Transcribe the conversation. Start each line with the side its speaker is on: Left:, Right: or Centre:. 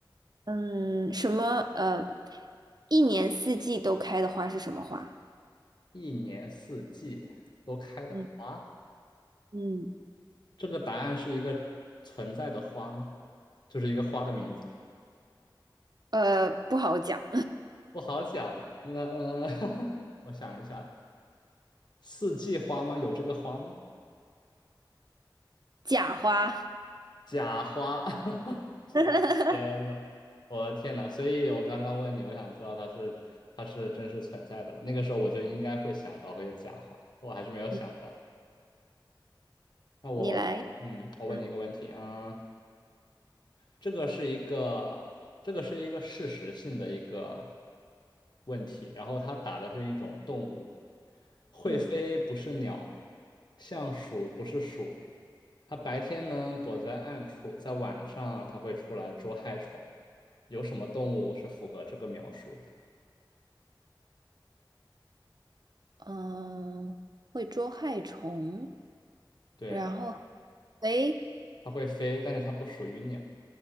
Right: 嗯，什么？呃，一年四季都开的花是什么花？
Left: 一年四季都开的花，
Right: 嗯嗯，
Left: 这个答案是一个存在的花吗？就是一个花的名字，
Right: 呃，不好讲。
Left: 不好讲。那 <laughs> 我想一下，四季花吗？有这个花吗？
Right: 假花，
Left: 假花。<laughs>
Right: <laughs>
Left: 天呐，我的天呐！所以我刚刚问你，我想知道它是它是真实存在的吗？那个时候我就应该会想到会有假话，我还是没有想到。
Right: 嗯
Left: 那我嗯，
Right: 你来。
Left: 我问你一个问题啊，
Right: 嗯，
Left: 嗯这个是一个，这个是一个事实性的一个问题。然后它打的是一种动物，会飞不是鸟，
Right: 嗯
Left: 像鼠不是鼠。它白天呢躲在暗处，在晚上它会出来捉害虫。有什么动物是符合这个描述的？
Right: 嗯，呃会捉害虫，
Left: 对，
Right: 然后，诶，
Left: 它会飞，但是它不属于鸟。